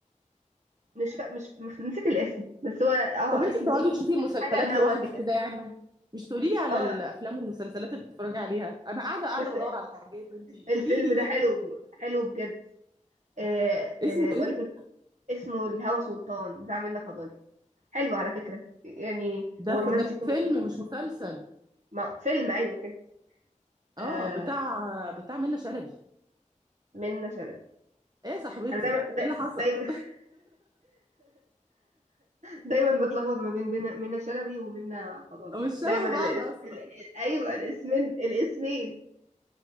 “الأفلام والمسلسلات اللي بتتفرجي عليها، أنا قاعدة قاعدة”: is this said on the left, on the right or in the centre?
Right